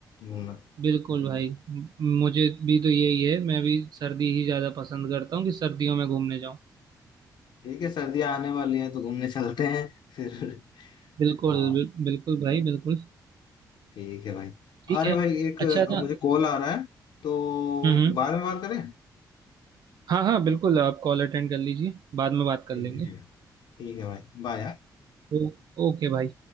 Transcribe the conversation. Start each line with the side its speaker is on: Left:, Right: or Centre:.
Left: घूमना
Right: बिल्कुल भाई म- मुझे भी तो यही है मैं भी सर्दी ही ज्यादा पसंद करता हूँ कि सर्दियों में घूमने जाऊँ
Left: ठीक है सर्दियां आने वाली हैं तो घूमने चलते हैं फिर
Right: बिल्कुल
Left: हाँ
Right: बिल- बिल्कुल भाई बिल्कुल
Left: ठीक है भाई
Right: ठीक
Left: अरे
Right: है
Left: भाई एक
Right: अच्छा
Left: अ,
Right: था
Left: मुझे कॉल आ रहा है तो
Right: हम्म हम्म।
Left: बाद में बात करें
Right: हाँ हाँ बिल्कुल आप कॉल अटेंड कर लीजिए बाद में बात कर
Left: ठीक
Right: लेंगे
Left: है ठीक है ठीक है भाई बाय
Right: ओ, ओके भाई